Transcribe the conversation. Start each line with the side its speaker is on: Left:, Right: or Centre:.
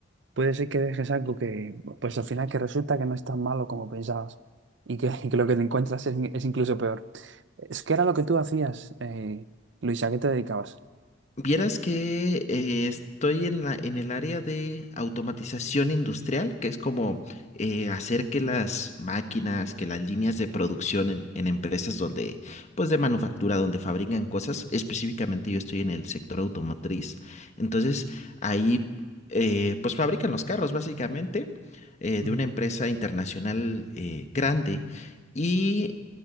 Right: puede ser que dejes algo que, pues al final que resulta que no es tan malo como pensabas y que, <laughs> y que lo que te encuentras es, es incluso peor. Es que era lo que tú hacías, eh, Luisa, ¿a qué te dedicabas?
Left: Vieras que eh, estoy en la, en el área de automatización industrial, que es como eh, hacer que las máquinas, que las líneas de producción en, en empresas donde, pues de manufactura, donde fabrican cosas, específicamente yo estoy en el sector automotriz, entonces ahí eh, pues fabrican los carros básicamente eh,
Right: Mm,
Left: de una empresa internacional eh, grande y